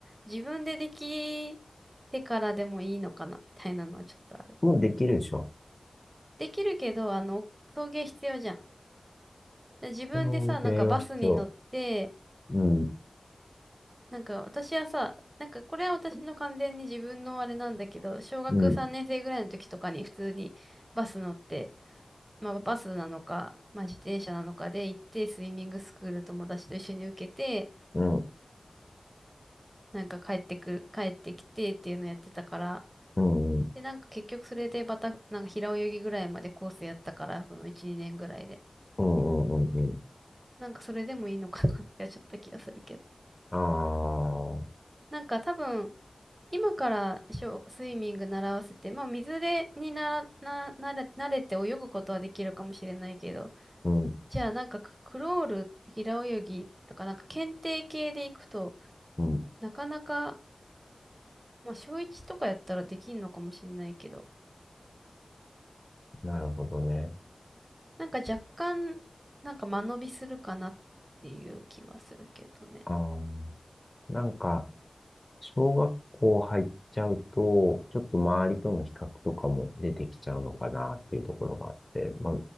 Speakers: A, on the right; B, on the left.
A: 自分でできてからでもいいのかな、みたいなのはちょっとある。
B: もうできるでしょ。
A: できるけど、あの、送迎必要じゃん。で、自分でさ、
B: それは必要。
A: なんかバスに乗って、
B: うん、
A: なんか私はさ、なんかこれは私の完全に自分のあれなんだけど、小学3年生ぐらいの時とかに普通にバス乗って、
B: うん、
A: まあバスなのか、まあ自転車なのかで行って、スイミングスクール友達と一緒に受けて、
B: うん、
A: なんか帰ってくる、帰ってきてっていうのやってたから、
B: うん、うん、うん、
A: で、なんか結局それでまた、なんか平泳ぎぐらいまでコースやったから、その1、2年ぐらいで。
B: うん、うん。
A: なんかそれでもいいのかなってちょっと気がするけど。
B: ああ、
A: なんか多分、今からショースイミング習わせて、まあ水で、になな、なれ、慣れて泳ぐことはできるかもしれないけど、
B: うん、
A: じゃあなんかククロール、平泳ぎとかなんか検定系で行くと、
B: うん。
A: なかなか、まあ小1とかやったらできんのかもしれないけど、
B: なるほどね。
A: なんか若干、なんか間延びするかなっていう気はするけどね。
B: ああなんか、小学校入っちゃうと、ちょっと周りとの比較とかも出てきちゃうのかなっていうところもあって、まあ、